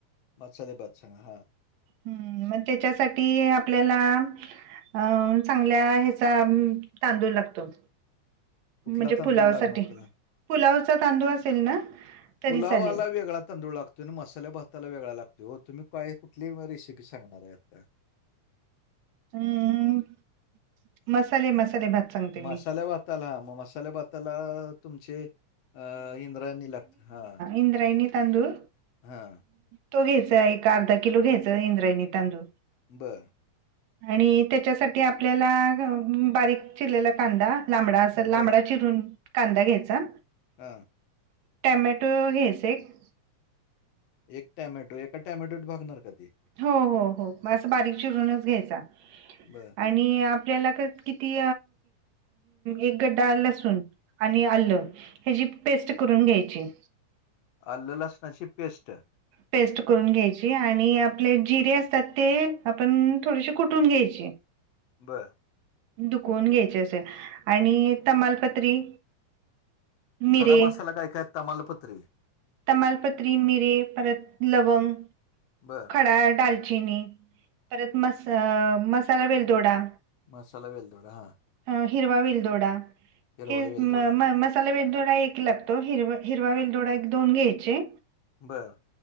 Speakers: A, on the left; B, on the right.
A: मसाले भात सांगा. हां,
B: हम्म म त्याच्यासाठी आपल्याला अं चांगल्या ह्याचा तांदूळ लागतो.
A: कुठला
B: म्हणजे
A: तांदूळ
B: पुलावसाठी
A: लागणार त्याला?
B: पुलावचा तांदूळ असेल ना? तरी
A: पुलाव
B: चालेल
A: वाला वेगळा तांदूळ लागतो आणि मसाले भाताला वेगळा लागतोय ओ तुम्ही काय कुठली रेसिपी सांगणार हाय आत्ता?
B: हम्म- मसालेे मसाले भात. सांगते मी
A: मसाल्या भाताला म मसाल्या भाताला तुमचे अ -इंद्रायणी लागत हा.
B: इंद्रायणी तांदुळ
A: हा.
B: तो घ्यायचा एक अर्धा किलो घ्यायचा इंद्रायणी तांदूळ.
A: बरं.
B: आणि त्याच्यासाठी आपल्याला बारीक चिरलेला कांदा लांबडा अस लांबडा
A: बरं.
B: चिरून कांदा घ्यायचा.
A: हा.
B: टॅमॅटो घ्यायचा एक.
A: एक टॅमॅटोत एका टॅमॅटोत भागणार का ते?
B: हो हो हो बास बारीक चिरूनच घ्यायचा.
A: बरं.
B: आणि आपल्याला किती एक गड्डा लसूण आणि आलं ह्याजी पेस्ट करून घ्यायची.
A: आलं लसणाची पेस्ट
B: पेस्ट करून घ्यायची आणि आपले जिरे असतात ते आपण थोडेशे कुठून घ्यायचे.
A: ब
B: दुखवून घ्यायचे असे आणि तमालपत्री मिरे
A: खडा मसाला काय काय तमालपत्री
B: तमालपत्री, मिरी परत लवंग
A: बरं
B: परा दालचिनी परत मस मसाला वेलदोडा
A: मसाला वेलदोडा हा
B: अ हिरवा विलदोडा
A: हिरवा
B: हे
A: वेलदोडा
B: म म मसाले साला वेलदोडा एक लागतो. हिरव हिरवा वेलदोडा एक- दोन घ्यायचे.
A: बरं